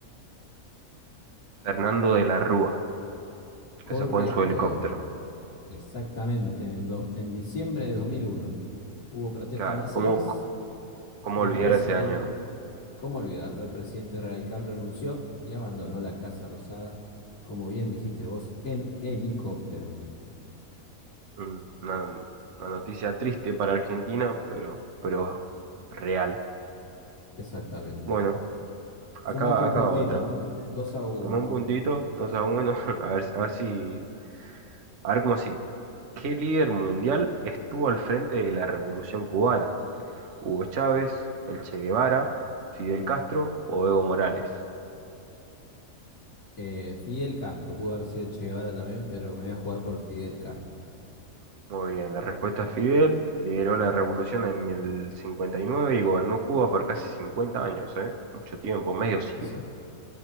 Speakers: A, on the right; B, on the left.
A: Fernando de la Rúa.
B: Correcto,
A: Eso fue en su helicóptero,
B: exactamente, en, el dos- en diciembre de 2001 hubo protestas
A: claro.
B: masivas
A: ¿Cómo, cómo
B: y
A: olvidar
B: el presidente,
A: ese año, ¿no?
B: ¿cómo olvidarlo? El presidente radical renunció y abandonó la Casa Rosada, como bien dijiste vos, en helicóptero.
A: Un- Una, una noticia triste para Argentina, pero, pero real.
B: Exactamente.
A: Bueno,
B: Sumaste
A: acá,
B: un
A: acá
B: puntito,
A: va otra.
B: ¿eh? dos a 1.
A: Suma un puntito, 2 a uno. <laughs> a ver, a ver si, a ver cómo sigue. ¿Qué líder mundial estuvo al frente de la Revolución Cubana? ¿Hugo Chávez, el Che Guevara, Fidel Castro o Evo Morales?
B: Fidel Castro, pudo haber sido Che Guevara también, pero me voy a jugar por Fidel Castro.
A: Muy bien, la respuesta es Fidel. Lideró la revolución en el cincuenta y nueve y gobernó Cuba por casi 50 años, ¿eh? Mucho tiempo, medio siglo.
B: Exacto,